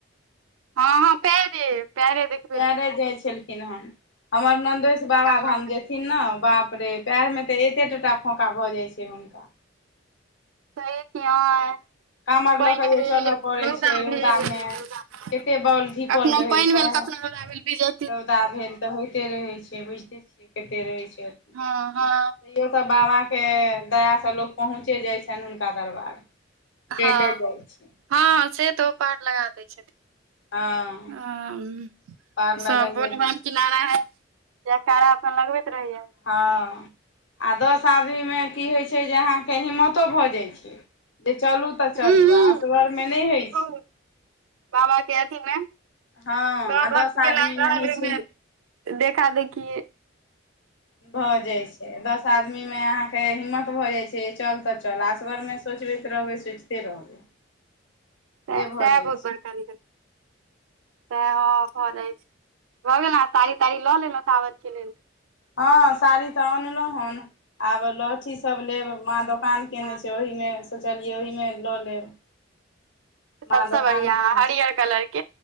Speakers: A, on the right (about 80°); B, on the left (about 65°).
A: हँ हँ पएरे पएरे देख
B: परे जाय छलखिन हेन हमर नन्दोस बाबा
A: काँवर
B: धाम जे
A: सही
B: न ने बाप रे पएर में तऽ एते टोटा फोका भऽ जाय छै हुनका
A: सह य
B: कामर
A: पानि
B: लऽ कऽ
A: भेल
B: जे चलय पड़ैत
A: रौगा
B: छै रौदामे
A: भेल <unintelligible>
B: कते बॉल धीपल
A: कखनो
B: रहै
A: पानि
B: छै
A: भेल कखनो हा भेल भीज <unintelligible>
B: रौदा भेल तऽ होइते रहै छै बुझिते छियै कते रहै छै अथी
A: हँ हँ
B: सब बाबा के दया स लोक पहुँचे जाइ छनि हुनका दरबार
A: हँ
B: चैले जाइ
A: हँ
B: छै
A: हँ से तऽ ओपार लगा दै छथिन
B: हँ
A: ह
B: पार
A: स
B: लगाइए
A: ने
B: दै
A: <unintelligible> नाना है जैकारा लगबैत रहहिय
B: हँ आ दस आदमीमे की होइत छै? अहाँके हिम्मतो भऽ जाइ छै जे चलू? तऽ
A: हू
B: चलू,
A: हू
B: आस
A: से
B: गर में
A: से
B: नहि होइत
A: बहुत
B: छै।
A: बाबा के अथी मे
B: हँ
A: सब
B: आ
A: भक्त
B: दस
A: के
B: आदमीमे
A: लाइन रहल
B: होइ
A: ओहिमे
B: छै
A: देखा देखि
B: भ जाइ छै दस द आदमी में अहाँके हिम्मत भ जाइ छै, चल त चल। आ‌ असगर में सोचैत रहबै, सोचिते रहबै। <inaudible>
A: ते
B: से भऽ जाइ
A: बहुत
B: छै
A: बड़का नल। तऽ हँ भऽ जाइत छै भऽ गेल ने साड़ी ताड़ी लऽ लेलहुँ सावर कऽ लेलऽ
B: हँ साड़ी तऽ अनलहु हन आब लहठी सब लेब माँ द काम केने
A: हँ
B: छै ओहिमे सोचलियै ओहिमे ल‌ लेब माँ
A: सबसे
B: दोकान
A: बढ़िया
B: केने
A: हरियर
B: छै
A: कलर के